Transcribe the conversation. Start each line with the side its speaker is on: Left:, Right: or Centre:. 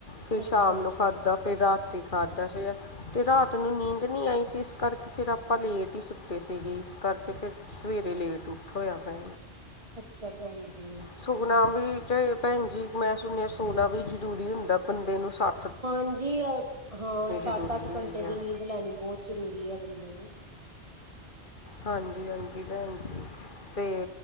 Left: ਫਿਰ
Right: ਅੱਛਾ
Left: ਸ਼ਾਮ
Right: ਅੱਛਾ
Left: ਨੂੰ ਖਾਧਾ ਫਿਰ ਰਾਤੀ ਖਾਧਾ ਸੀ ਆ ਤੇ ਰਾਤ ਨੂੰ ਨੀਂਦ ਨਹੀਂ ਆਈ ਸ ਅਇਸ ਕਰਕੇ ਫਿਰ ਆਪਾਂ ਲੇਟ ਹੀ ਸੁੱਟੇ ਸੀਗੇ ਇਸ ਕਰਕੇ ਫਿਰ ਸਵੇਰੇ ਲੇਟ ਉੱਠ ਹੋਇਆ ਭੈ
Right: ਅੱਛਾ ਭੈਨਜੀ
Left: ਸੋਨਾ ਵੀ ਚਾਹੇ ਭੈਣ ਜੀ ਮੈਂ ਸੁਣਿਆ ਸੋਨਾ ਵੀ ਜ਼ਰੂਰੀ ਹੁੰਦਾ ਬੰਦੇ ਨੂੰ ਸਾ
Right: ਹਾਂਜੀ ਅ ਹਾਂ ਸੱਤ
Left: ਜ਼ਰੂਰੀ
Right: ਅੱਠ
Left: ਹੁੰਦੀ
Right: ਘੰਟੇ ਦੀ
Left: ਆ
Right: ਨੀਂਦ ਲੈਣੀ ਬਹੁਤ ਜ਼ਰੂਰੀ ਹੈ ਬੰਦੇ ਨੂੰ
Left: ਹਾਂਜੀ ਹਾਂਜੀ ਭੈਣ ਜੀ ਤੇ